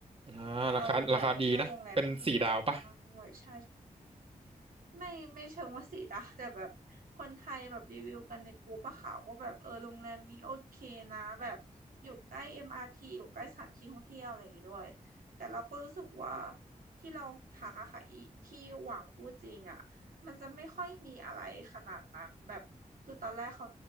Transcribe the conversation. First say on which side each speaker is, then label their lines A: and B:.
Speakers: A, on the right (about 40°); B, on the right (about 80°).
A: อ่าราคาราคาดีนะเป็นสี่ดาวป่ะ
B: เราแบบเลือกโรงแรมที่ไม่แพงมากด้วยใช่ใช่ ไม่ไม่เชิงว่าสีดาแต่แบบคนไทยแบบรีวิวกันในกลุ่มปะค่ะว่าแบบเออโรงแรมนี้โอเคนะแบบอยู่ใกล้เอ็มอาร์ทีอยู่ใกล้สถานที่ท่องเที่ยวอะไรอย่างงี้ด้วยแต่เราก็รู้สึกว่าที่เราพักอะค่ะอีที่หวังฟูจิงอะมันจะไม่ค่อยมีอะไรขนาดนั้นแบบคือตอนแรกเขา